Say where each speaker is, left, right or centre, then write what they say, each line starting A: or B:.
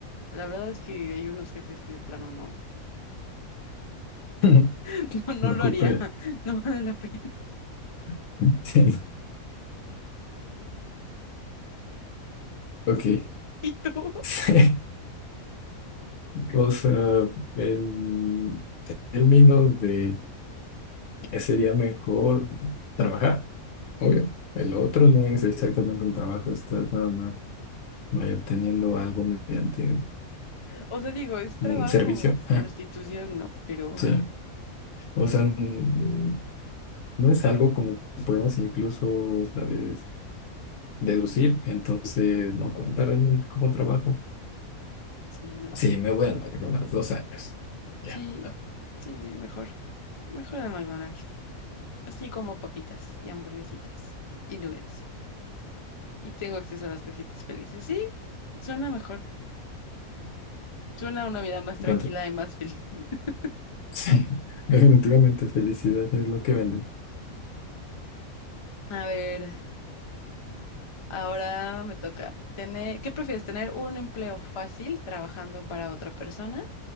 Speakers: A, on the left; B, on the left.
A: La verdad es que hay unos jefes que de plano no,
B: <laughs>
A: <laughs> no, no
B: No
A: lo
B: ocupa.
A: haría. <laughs> No vale la pena.
B: <laughs> Ok.
A: <laughs> ¿Y tú?
B: <laughs> O sea, en términos de que sería mejor trabajar, obvio. El otro no es exactamente un trabajo, estás nada más vaya obteniendo algo mediante
A: O sea, digo, es trabajo
B: un servicio.
A: es
B: <laughs>
A: prostitución, ¿no? Pero
B: Sí,
A: <laughs>
B: o sea, mm, no es algo como que puedas incluso, sabes, deducir, entonces no cuenta realmente como trabajo.
A: sí, no.
B: Sí, me voy al McDonald's dos años. Ya,
A: Sí,
B: ah,
A: sí, sí, mejor. Mejor al McDonald's. Así como papitas y hamburguesitas y nuggets. Y tengo acceso a las casitas felices. Sí, suena mejor. Suena a una vida más tranquila
B: ¿cuánto?
A: y más feliz. <laughs>
B: Sí, <laughs> definitivamente felicidad es lo que vende.
A: A ver, ahora me toca. Tener, ¿qué prefieres? ¿Tener un empleo fácil trabajando para otra persona